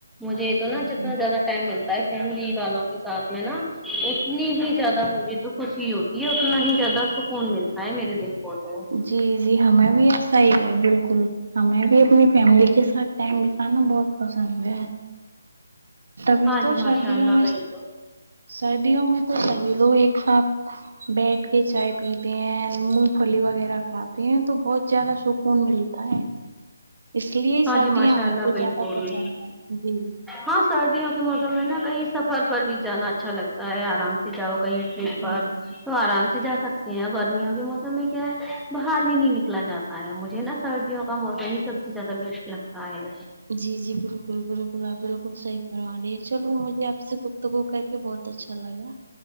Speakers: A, in the centre; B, on the right.
A: مجھے تو نا جتنا
B: جی
A: زیادہ ٹائم ملتا ہے فیملی والو ساتھ میں نا اتنی ہی زیادہ مجھے تو خوشی ہوتی ہے اتنا ہی زیادہ سک کون ملتا ہے میرے دل کو تو
B: جی جی ہمیں بھی ایسا ہی ہے بالکل ہمیں بھی اپنی فیملی کے ساتھ ٹائم بیتانا بہت پسند ہے تبھی
A: ہاں
B: تو
A: جی
B: سردیوں
A: ماشاء اللہ
B: میں
A: بالکل
B: سردیوں میں تو سبھی لوگ ایک سات بیٹھ کے چائے پیتے ہیں مونگ پھلی وغیرہ کھاتے ہیں تو بہت جیادہ سکون ملتا ہے اس لیے ہی
A: ہاں
B: سردیاں
A: جی ماشاء
B: میں
A: اللہ
B: تو
A: بالکل
B: زیادہ پسند ہے جی
A: ہاں سردیوں کے موسم میں نا کہیں سفر پر بھی جانا اچھا لگتا ہے آرام سے جاؤ کہیں ٹرپ
B: جی
A: پر
B: جی
A: تو آرام سے جا سکتے گرمیوں کے موسم میں کیا ہے باہر بھی نہیں نکلا جاتا ہے مجھے نا سردیوں کا موسم ہی سب سے زیادہ بیشٹ لگتا ہے
B: جی جی بالکل بالکل آپ بالکل صحیح فرما رہی ہیں چلو مجھے آپ سے گفتگو کر کے بہت اچھا لگا